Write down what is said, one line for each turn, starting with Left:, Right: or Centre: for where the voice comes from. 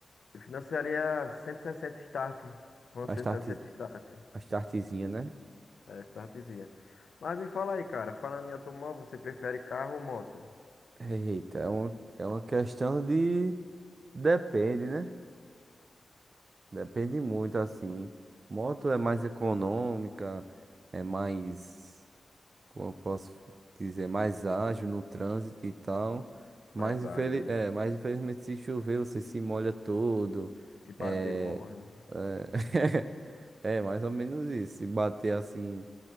Left: Eu financiaria 160 start. Foi
Right: A
Left: cento
Right: start,
Left: e sessenta start.
Right: a startzinha, né?
Left: Era startzinha. Mas me fala aí, cara. Falando em automóvel, você prefere carro ou moto?
Right: Eita, é uma, é uma questão de. Depende, né? Depende muito, assim. Moto é mais econômica, é mais. Como eu posso dizer? Mais ágil no trânsito e tal. Mas,
Left: Mais
Right: infeli
Left: ágil, né?
Right: é, mas infelizmente, se chover, você se molha todo.
Left: Se bater,
Right: É.
Left: morre.
Right: é... <laughs> É, mais ou menos isso. Se bater assim,